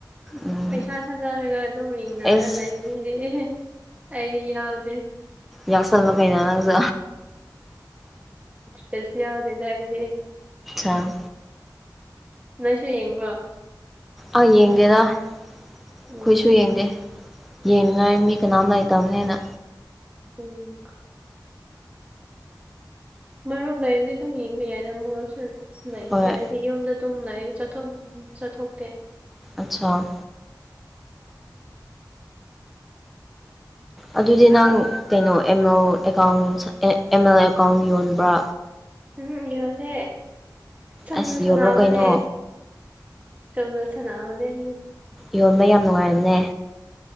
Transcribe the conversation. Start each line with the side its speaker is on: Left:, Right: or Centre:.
Centre: ꯎꯝ
Right: ꯄꯩꯁꯥ ꯊꯥꯗꯔꯒ ꯑꯗꯨꯝ ꯌꯦꯡꯅꯔ
Centre: ꯑꯩꯁ
Right: ꯂꯩꯃꯤꯅꯦ ꯑꯩꯗꯤ ꯌꯥꯎꯗꯦ
Centre: ꯌꯥꯎꯁꯜꯂ ꯀꯥꯏꯩꯅ ꯅꯪꯁꯨ
Right: ꯐꯁ ꯌꯥꯎꯗꯗ ꯏꯗꯤ
Centre: ꯑ
Right: ꯅꯣꯏꯁꯨ ꯌꯦꯡꯕ꯭ꯔꯣ
Centre: ꯑꯥ ꯌꯦꯡꯒꯦꯗ ꯑꯩꯈꯣꯏꯁꯨ
Right: ꯎꯝ
Centre: ꯌꯦꯡꯗꯦ ꯌꯦꯅꯤꯡ ꯉꯥꯏꯃꯤꯅꯥ ꯂꯥꯏ ꯇꯕꯦꯅ
Right: ꯎꯝ ꯃꯔꯨꯞ ꯂꯩꯔꯗꯤ ꯑꯗꯨꯝ ꯌꯦꯡꯕ ꯌꯥꯏꯗ ꯃꯔꯨꯞꯁꯨ ꯂꯩꯇꯦ
Centre: ꯍꯣꯏ
Right: ꯍꯥꯏ ꯌꯨꯝꯗ ꯑꯗꯨꯝ ꯂꯩ ꯆꯠꯊꯣꯛ ꯆꯠꯊꯣꯛꯇꯦ
Centre: ꯑꯆꯥꯥ ꯑꯗꯨꯗꯤ ꯅꯪ ꯀꯩꯅꯣ M L account M L account ꯌꯣꯟꯕ꯭ꯔꯥ
Right: ꯎꯝ ꯌꯣꯟꯗꯦ ꯆꯣꯝꯅ
Centre: ꯑꯁ
Right: ꯁꯥꯟꯅꯕꯅꯦ
Centre: ꯌꯣꯜꯂꯣ ꯀꯩꯅꯣ
Right: ꯆꯨꯝꯝꯅ ꯁꯥꯟꯅꯕꯅꯦ
Centre: ꯌꯣꯡꯕ ꯌꯥꯝ ꯅꯨꯡꯉꯥꯏꯔꯒ꯭ꯔꯦ